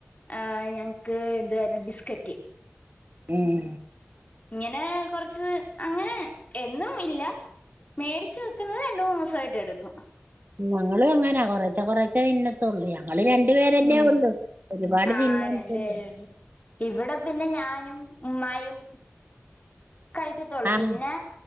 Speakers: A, on the left; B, on the right.
A: ആ ഞങ്ങക്ക് എന്ത ക ബിസ്കറ്റ്
B: ഉം
A: ഇങ്ങനെ കൊറച്ച് അങ്ങനെ എന്നും ഇല്ല മേടിച്ചു വെക്കുന്നത് രണ്ട മൂന്ന് മാസമായിയിട്ട് എടുക്കും
B: ഞങ്ങള്ും എങ്ങനാ കൊറച്ച കൊറച്ച ഇന്നത്തള്ളിയ നള് രണ്ടു പേരല്ലേ
A: ഉം
B: ഉള്ളു ഒരുപാട്
A: ആഹ്
B: തിന്മാനിക്കല്ലേ
A: രണ്ട് പേരേ ഉള്ളൂ ഇവിടെ പിന്നെ ഞാനും ഉമ്യും കഴിക്കത്തോള്ളൂ
B: ആഹ്
A: പിന്നെ